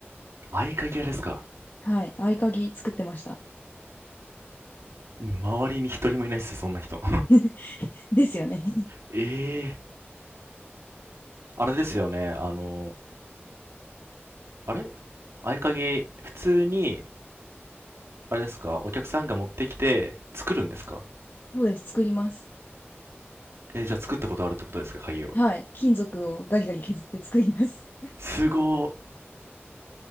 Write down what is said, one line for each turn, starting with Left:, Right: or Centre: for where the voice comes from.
Right: 合鍵屋ですか
Left: はい。合鍵作ってました。
Right: 周りに一人もいないっす、そんな人。
Left: <laughs> ですよね。<laughs>
Right: <laughs> ええあれですよね、あの、あれ合鍵、普通に、あれですか、お客さんが持ってきて、作るんですか
Left: そうです。作ります。
Right: え、じゃあ作ったことあるってことですか、鍵を。
Left: はい。金属をガリガリ削って作ります。
Right: すご